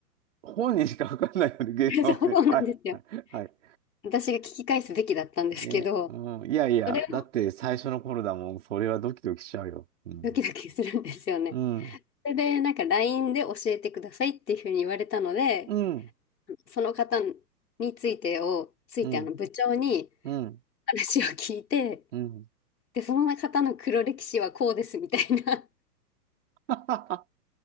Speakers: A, on the right (about 45°); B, on the left (about 85°).
A: 本人しかわかんないよね、ゲームはね。
B: <laughs> そうなんですよ。
A: はい、はい、はい。
B: 私が聞き返すべきだったんですけど、
A: ね、うん、いやいや、
B: それを
A: だって最初の頃だもん。それはドキドキしちゃうよ。うん、
B: ドキドキするんですよね。
A: うん、
B: それで、なんか LINE で教えてくださいっていうふうに言われたので、
A: うん、
B: その方についてを、ついてあの部長に
A: うん、うん、
B: 話を聞いて、
A: <laughs> うん。
B: で、その方の黒歴史はこうですみたいな
A: ははは